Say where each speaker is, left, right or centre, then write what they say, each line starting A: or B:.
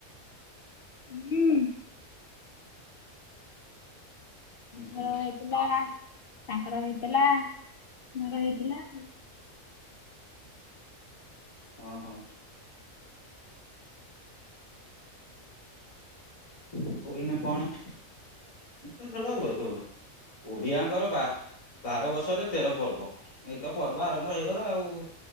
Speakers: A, on the left; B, on the left.
A: ହୁଁ
B: ହୁଁ ହୁଁ
A: ମୋର ହେଇଥିଲା- ଆ। ତାଙ୍କର ହେଇଥିଲା ମୋର ହେଇଥିଲା ଆଉ।
B: ଅ ହଁ। ଆଉ ଏଇନା କଣ? <unintelligible> ଓଡିଆଙ୍କର ବା ବାର ବର୍ଷରେ ତେର ପର୍ବ ଏଇତ ପର୍ବ ଆରମ୍ଭ ହେଇଗଲା ଆଉ।